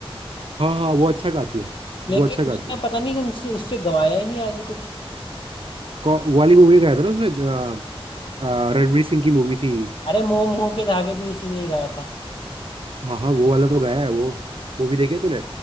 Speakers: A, on the right; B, on the left.
A: हाँ हाँ वो अच्छा गाती है
B: लेकिन
A: वो अच्छा गाती
B: उसका
A: है
B: पता नहीं उनसे उससे गवाया ही नहीं आगे कुछ
A: कौ- वो वाली मूवी गाया था ना उसने अ, अ, रणवीर सिंह की मूवी थी
B: अरे मोह मोह के धागे भी उसी ने ही गाया था
A: हाँ हाँ वो वाला तो गाया है वो मूवी देखी है तूने